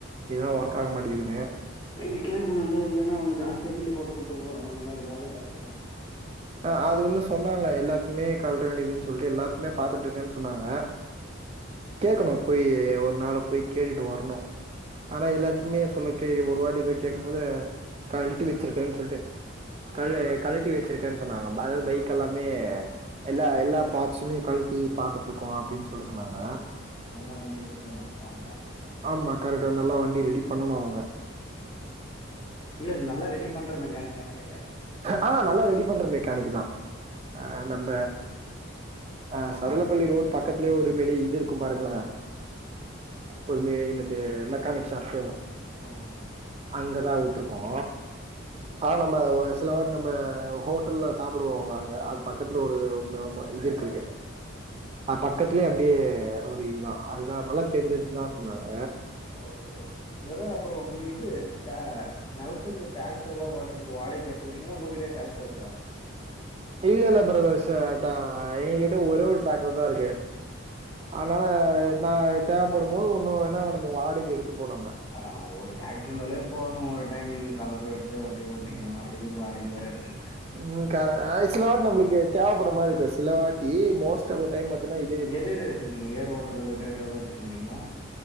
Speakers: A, on the right; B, on the left.
A: இதுலா ஒர்க் ஆக மாட்டிங்கிதுன்னு
B: நீங்க கேட்குனுல்ல இல்லனா அவங்க ஜாஸ்தியா பில் போட்டு குடுத்துட போறாங்க இந்த மாரி வேல ஜாஸ்தியா செஞ்
A: அ அது வந்து சொன்னாங்க எல்லாத்துக்குமே கழட்ட வேண்டியதுன்னு சொல்லிட்டு எல்லாத்துக்குமே பாத்துட்டு இருக்கேன்னு சொன்னாங்க கேக்கணு போயி ஒரு நாளு போய் கேட்டுட்டு வரணு ஆனா எல்லாத்துக்குமே சொல்லக்கு ஒரு வாட்டி போய் கேக்கு போது கழட்டி வெச்சிருக்கேன்னு சொல்ட்டு கழ கழட்டி வெச்சிருக்கேன்னு சொன்னாங்க அதாவது பைக் எல்லாமே எல்லா எல்லா பார்ட்ஸ்சுமே கழட்டி பாத்துட்டு இருக்கோ அப்டின்னு சொல்ல சொன்னாங்க
B: நல்லா வண்டி ரெடி பண்ணுவாங்களா அவங்க
A: ஆமா கரெக்டா நல்லா வண்டி ரெடி பண்ணுனு அவங்க
B: இல்ல நல்லா ரெடி பண்ற மெக்கானிக்கான்னு கேட்ட
A: அ நல்லா ரெடி பண்ற மெக்கானிக் தா அ நம்ம அ சதலப்பள்ளி ரோட் பக்கத்துலே ஒரு மெடி இது இருக்கு பாருங்ளே ஒரு மெ என்னது மெக்கானிக் ஷாப்பு
B: ம் செரி
A: அங்கதா உட்ருக்கோ அ நம்ப வ சில வாட்டி நம்ப ஹோட்டல்ல சாப்டுவோ அங்க அது பக்கத்துல ஒரு ஆமா இது இருக்கு இங்க அது பக்கத்துலே அப்டியே ஒரு இதுதா அதுதா நல்லா தெரிஞ்சதுன்னு தா சொன்னாங்க
B: ஓகே ஓகே பிரதர் அப்றோ இது <unintelligible> நெலத்துக்கு டிராக்டர்லா ஓட்டுறதுக்கு வாடகைக்கு எடுத்துக்கீறீங்ளா உங்ககிட்டயே டிராக்டர் இருக்கா
A: இல்ல இல்ல பிரதர்ஸ் ச டா எங்க கிட்ட ஒரே ஒரு டிராக்டர் தா இருக்கு அதனால நா தேவப்படும்போது ஒண்ணு வேணா நம்ம வாடகைக்கு எடுத்துப்போ நம்ப
B: அ ஒரு டிராக்டர் இருந்தாலே போது ஒரு டைம் நீங்க கலப்பு எடு த்து அப்டியே ஓட்டிக்கலா
A: ம்.
B: எதுக்கு வாடகைக்கு வேற எடுக்குறீங்க?
A: ம் கேர அ சிலவாட்டி நம்மளுக்கு தேவப்பட்ற மாரி இருக்கு சிலவாட்டி மோஸ்ட் ஆப்த டைம் பாத்தினா இது
B: எது எது வெச்சுருக்கீங்க ஏர் ஓட்டுறது ரொட்டேட்டர்ல்லா வெச்சுருக்கறீங்ளா?